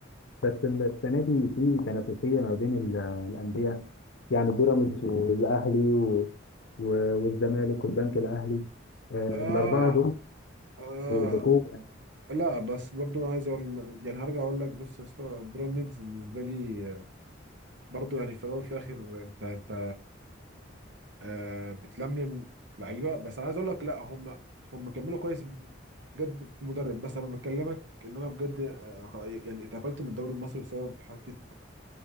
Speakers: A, on the left (about 65°); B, on the right (about 65°).
A: بس السنه دي في تنافسيه ما بين ال- الانديه يعني بيراميدز والاهلي و- و- والزمالك والبنك الاهلي آه،
B: آه
A: الاربعه دول
B: آه
A: بقوه يعني
B: لا بس برضو عايز اقول يعني هرجع اقول لك بص يا اسطى بيراميدز بالنسبه لي آه، برضو يعني في الاول وفي الاخر انت انت آه بتلملم لعيبه بس انا عايز اقول لك لا هم هم كملوا كويس بجد في المدرب بس انا بكلمك ان انا بجد آه يعني اتقفلت من الدوري المصري بسبب حته